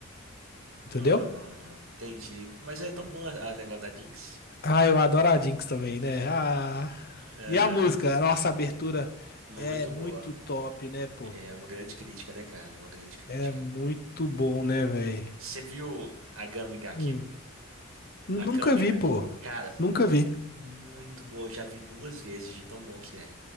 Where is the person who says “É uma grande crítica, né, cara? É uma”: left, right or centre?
Right